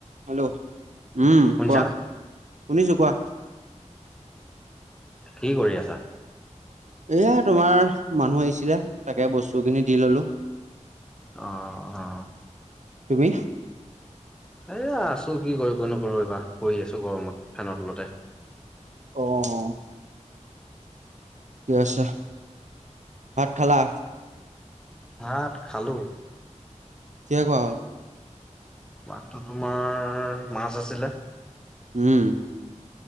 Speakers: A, on the right; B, in the centre.
A: হেল্ল', উম
B: শুনিছা
A: কোৱা
B: নাই?
A: শুনিছো কোৱা।
B: কি কৰি আছা।
A: এইয়া তোমাৰ মানুহ আহিছিলে তাকে বস্তু খিনি দি ললো।
B: অ অ।
A: তুমি।
B: এ আছো কি কৰিব নো এইবা পৰি আছো গৰমত ফেনৰ তলতে।
A: অ ঠিক আছে ভাত খালা।
B: ভাত খালোঁ।
A: কিহে খোৱা হ'ল।
B: ভাতটো তোমাৰ মাছ আছিলে।
A: উম,